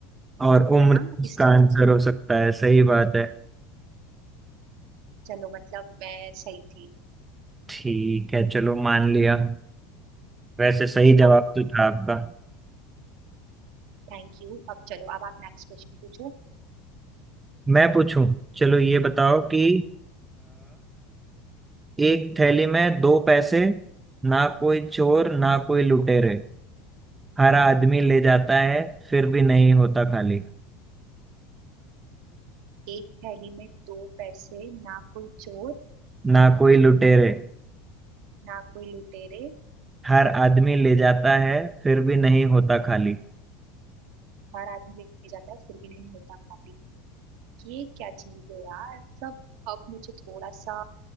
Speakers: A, on the right (about 15°); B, on the right (about 65°).
A: और उम्र
B: है ना
A: भी इसका
B: इसलिए
A: आंसर
B: मुझे
A: हो सकता है सही बात है
B: चलो मतलब मैं सही थी
A: ठीक है चलो मान लिया वैसे सही जवाब
B: अब
A: तो था आपका
B: थैंक यू अब चलो अब आप नेक्स्ट क्वेश्चन पूछो
A: मैं पूछूं चलो ये बताओ कि एक थैली में दो पैसे ना कोई चोर ना कोई लुटेरे हर आदमी ले जाता है फिर भी नहीं होता खाली
B: एक थैली में दो पैसे ना कोई चोर
A: ना कोई लुटेरे
B: ना कोई लुटेरे
A: हर आदमी ले जाता है फिर भी नहीं होता खाली
B: हर आदमी ले जाता है फिर भी नहीं होता कॉपी ये क्या चीज है यार सब अब मुझे थोड़ा सा